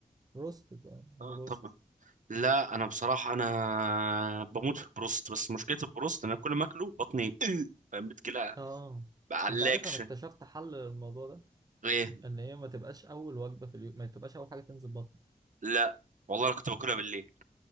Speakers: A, on the right; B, on the right.
A: روست بقى بروست
B: آه طبعا لا انا بصراحة انا بموت في البروست بس مشكلة البروست إن انا كل ما اكله بطني <clears throat> بتجيلها
A: اه
B: بعلاقش
A: انت عارف انا اكتشفت حل للموضوع ده
B: ليه
A: ان هي ما تبقاش اول وجبه في اليوم ما تبقاش اول حاجه تنزل بطنك
B: لا والله انا كنت باكلها بالليل